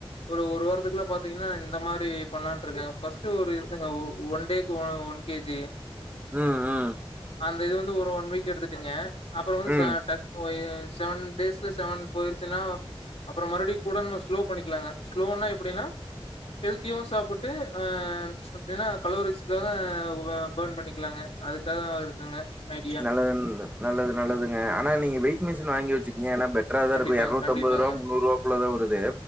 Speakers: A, on the left (about 80°); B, on the right (about 15°).
A: ஒரு ஒரு வாரத்துக்குலா பாத்தீங்கன்னா இந்த மாரி பண்லான்ட்டு இருக்கே ஃபர்ஸ்ட்டு ஒரு இருந்தேங்க ஒன்டேக்கு ஒ ஒன் கே ஜி
B: ம் ம்
A: அந்த இது வந்து ஒரு ஒன் வீக் எடுத்து ருங்க அப்புறோ நா
B: ம்
A: டக் போயி செவன் டேஸ்ல செவன் போயிரு ச்சுன்னா அப்றோ மறுபடி கூட நம்ம ஸ்லோ பண்ணிக்லாங்க ஸ்லோனா எப்டின்னா ஹெல்த்தியூ சாப்பிட்டு ஆ அப்டின்னா கலோரிஸ்க்காக ஒ பர்ன் பண்ணிக்லாங்க அதுக்காகவா இருக்குங்க ஐடியா.
B: நல்லதுன் நல்லது நல்லது ங்க ஆனா நீங்க வெயிட் மிஷின் வாங்கி வச்சுக் ங்க ஏனா பெட்ரா தா
A: கண்டிப்பாங்க,
B: இருக்கூ எரநூத்தம்பது
A: கண்டிப்பாங்க.
B: ரூபா முன்னூறுவாக்குள்ள தா வருது